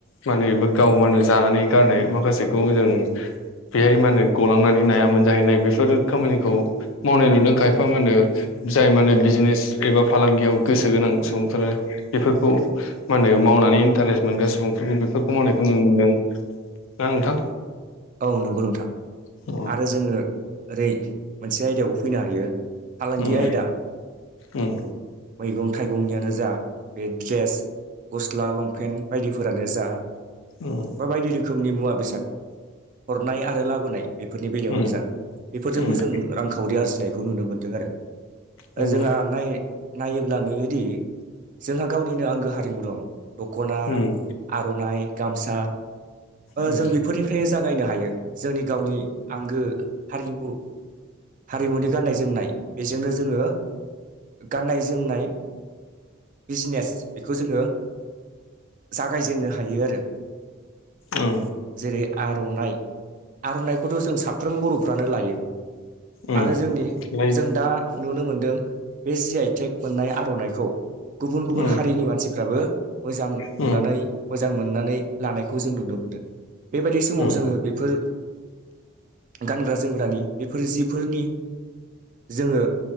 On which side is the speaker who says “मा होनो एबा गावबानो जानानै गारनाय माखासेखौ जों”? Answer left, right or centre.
Left